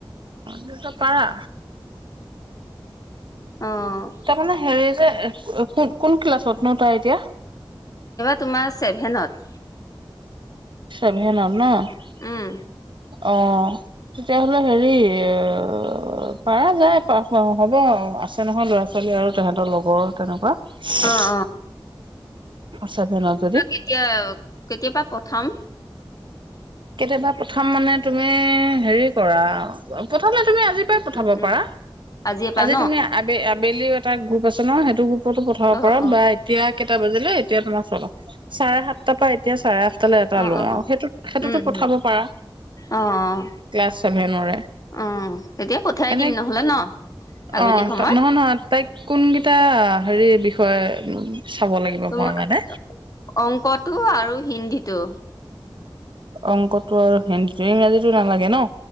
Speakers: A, on the right; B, on the left.
A: অ পাৰা
B: অ',
A: তাৰ মানে হেৰি। এ কোন কোন ক্লাছতনো তাই এতিয়া।
B: তোমাৰ ছেভেনত।
A: চেভেনত ন
B: উম,
A: অ তেতিয়াাহ'লে হেৰি এ পাৰা যায় হ'ব আছে নহয় ল'ৰা ছোৱালী আৰু তহঁতৰ লগৰ তেনেকুৱা। <unintelligible>
B: অ', অ',
A: সচেতনত
B: কেতিয়া কেতিয়াপা পঠাম?
A: কেতিয়াবা প্ৰথম মানে তুমি হেৰি কৰা প্ৰথমে তুমি আজি পৰা পঠাব
B: উম, উম,
A: পাৰা
B: আজিৰ পৰা
A: আজি
B: ন
A: তুমি। ডেইলিও এটা গ্ৰুপ আছে ন সেইটো গ্ৰুপ ফটো পঠাব
B: অ',
A: পৰা
B: অ',
A: বা এতিয়া কেইটা বজিলৈ এতিয়া তোমাৰ চলা চাৰে সাতটাৰ পৰা এতিয়া চাৰে আঠ তালে এটা
B: অ',
A: লোৱা
B: অ',
A: সেইটোত সেইটোতক
B: উম,
A: পঠাব
B: উম,
A: পাৰা
B: অ', অ',
A: ক্লাছ চেভেনৰে
B: অ', তেতিয়া পঠিয়াই
A: এনে
B: দিম নহ'লে ন আবেলি
A: অ
B: সময়ত
A: নহয় নহয় তাইক কোনকেইটা হেৰি বিষয়ে চাব লাগিব
B: তোমাৰ
A: মই মানে
B: অংকটো আৰু হিন্দী দ্ধ <unintelligible>
A: অংকটো আৰু হিন্দীটো ইংৰাজীটো নালাগে ন